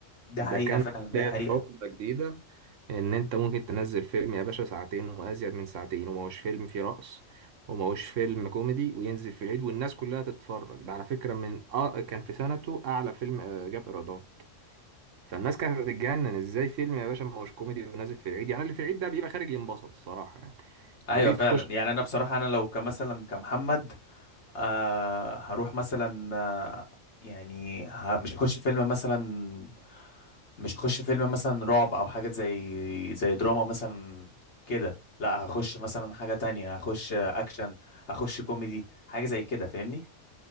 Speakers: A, on the left (about 60°); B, on the right (about 75°).
A: ده
B: ده
A: حقيقة
B: كان
A: فعلا ده
B: بدايه
A: حقيقة
B: حقبه جديده ان انت ممكن تنزل فيلم يا باشا ساعتين وازيد من ساعتين وما هوش فيلم فيه رقص وما هوش فيلم كوميدي وينزل في العيد والناس كلها تتفرج ده على فكره من اه كان في سنته اعلى فيلم آه، جاب ايرادات فالناس كانت هتتجنن ازاي فيلم يا باشا ما هوش كوميدي ونازل في العيد يعني اللي في العيد ده بيبقى خارج ينبسط الصراحه يعني
A: ايوه
B: انت ليه
A: فعلا
B: تخش
A: يعني انا بصراحة انا لو كمثلا كمحمد آه هروح مثلا آه يعني ه- مش هخش فيلم مثلا مش هخش فيلم مثلا رعب او حاجة زي زي دراما مثلا كده لا هخش مثلا حاجة تانية هخش اكشن هخش كوميدي حاجة زي كده فاهمني